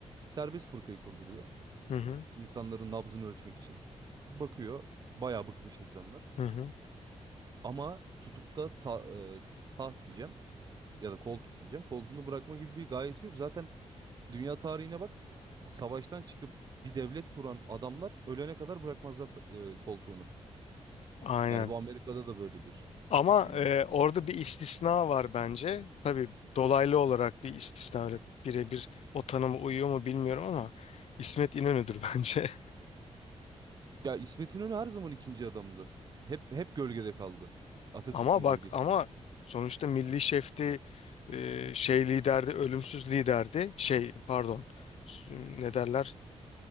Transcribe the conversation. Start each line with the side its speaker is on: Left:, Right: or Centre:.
Right: serbest fırkayı kurduruyor.
Left: Hı hı.
Right: İnsanların nabzını ölçmek için. Bakıyor bayağı bıkmış insanlar.
Left: Hı hı.
Right: Ama tutup da ta- e, taht diyeceğim ya da koltuk diyeceğim. Koltuğunu bırakma gibi bir gayesi yok. Zaten Dünya tarihine bak. Savaştan çıkıp bir devlet kuran adamlar ölene kadar bırakmazlar ta- e, koltuğunu.
Left: Aynen.
Right: Yani bu Amerika'da da böyledir.
Left: Ama
Right: Ne bileyim.
Left: e, orada bir istisna var bence. Tabii dolaylı olarak bir istisna. öyle Birebir o tanıma uyuyor mu bilmiyorum ama İsmet İnönü'dür <laughs> bence.
Right: Ya İsmet İnönü her zaman ikinci adamdı. Hep hep gölgede kaldı. Atatürk'ün
Left: Ama bak
Right: gölgesinde.
Left: ama sonuçta milli şefti e, şey liderdi, ölümsüz liderdi. Şey pardon s- ne derler?